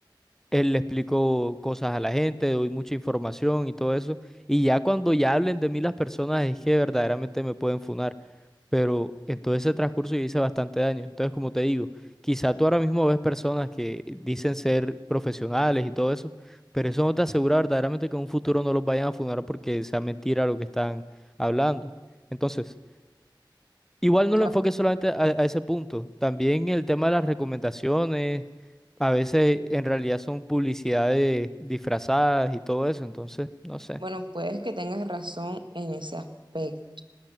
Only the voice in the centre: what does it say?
él le explicó cosas a la gente, doy mucha información y todo eso. Y ya cuando ya hablen de mí las personas es que verdaderamente me pueden funar. Pero en todo ese transcurso yo hice bastante daño. Entonces, como te digo, quizá tú ahora mismo ves personas que dicen ser profesionales y todo eso, pero eso no te asegura verdaderamente que en un futuro no los vayan a funar porque sea mentira lo que están hablando. Entonces, Igual
no
lo enfoques solamente a, a ese punto. También el tema de las recomendaciones, a veces en realidad son publicidades disfrazadas y todo eso, entonces, no sé.